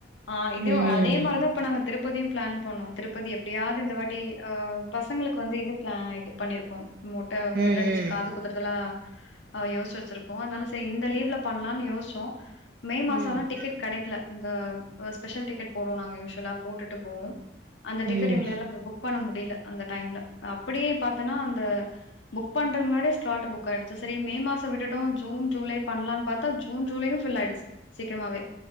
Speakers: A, on the left; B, on the right.
A: ஆ இதிவு
B: ம்
A: அதே மாரதா இப்ப நாங்கத் திருப்பதியும் பிளான் பண்ணோ திருப்பதி எப்டியாது இந்த வட் டி அ பசங்களுக்கு வந்து இது பிள இது பண்ணிருக்கோ மொட்ட
B: ம்
A: மொட்ட
B: ம்
A: அடுச்சி காது குத்தறதலா அ யோஸ்ச்சு வெச்சிருக்கோ அதனால செய் இந்த லீவ்ல பண்லான்னு யோஸ்சோ மே மாசா
B: ம்
A: ஆனா டிக்கெட் இந்த ப ஸ்பெஷல் டிக்கெட் போடுவோ நாங்க யூஸ்வலா போட்டுட்டு போவோம் அந்த டிக்கெட்
B: ம்
A: எங்கள எல்லா ப் புக் பண்ண முடில அந்த டைம்ல அப்டியே பாத்தனா அந்த புக் பண்ற முன்னாடியே ஸ்லாட்டு புக் ஆயிடுச்சு செரி மே மாசோ விட்டுட்டோ ஜூன் ஜூலை பண்லான் பாத்தா ஜூன் ஜூலையு ஃபுல்லா ஆயிடுச்சி சீக்கிரமாவே